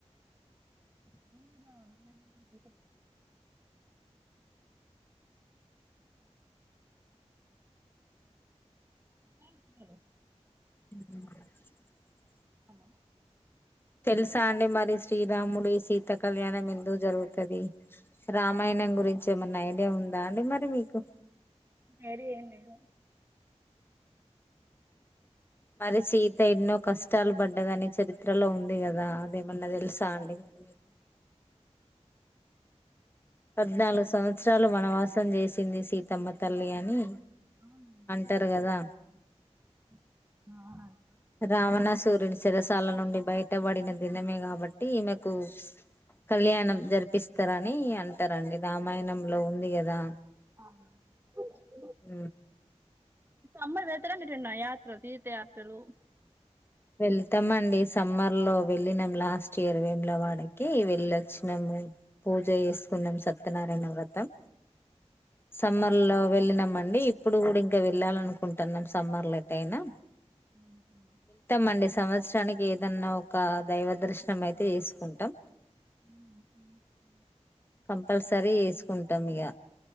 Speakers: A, on the right; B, on the left.
A: మేం కూడా ఊరేగింపు జరుపు <unintelligible> డాడీ గిన్నె లో
B: ఆ
A: హలో
B: తెలుసా అండి మరి శ్రీరాముడి శీత కళ్యాణం ఎందుకు జరుగుతది రామాయణ ణం గురించి ఏమన్నా ఐడియా ఉందా అండి మరి మీకు
A: ఏది ఏం లేదు
B: మరి సీత ఎన్నో కష్టాలు పడ్డదని చరిత్రలో ఉంది కదా అదే ఏమన్న తెలుసా అండీ వాళ్లకు పద్నాలుగు సంవత్సరాలు వనవాసం చేసింది సీతమ్మ తల్లి అని
A: అవునండి అ
B: అంటారు కదా
A: ఆ అది అవునండి
B: రావణసురుని సిరసాల నుండి బయట పడిన దినమే కాబట్టి ఈమెకు కళ్యాణం జరిపిస్తారని అంటారండి రామాయణంలో ఉంది కదా
A: ఆవునండీ
B: ఊ
A: ఈ సమ్మర్ వెడతారండి ఎటన్న యాత్రలు తీర్థ యాత్రలు
B: వెళ్తామండి సమ్మర్ లో వెళ్ళినాం లాస్ట్ ఇయర్ వేమలవాడకి వెళ్ళొచ్చినాం పూజ చేసుకున్నాం సత్యనారాయణ వ్రతం సమ్మర్ లో వెళ్ళనమండి ఇప్పుడు కూడా ఇంకా వెళ్ళాలనుకుంటున్నాం సమ్మర్లా ఎట్ అయినా
A: ఊహు
B: మండి సంవత్సరానికి ఏదన్నా ఒక దైవ దర్శనం అయితే చేసుకుంటాం
A: ఊహు హు
B: కంపల్సరీ వేసుకుంటాం ఇక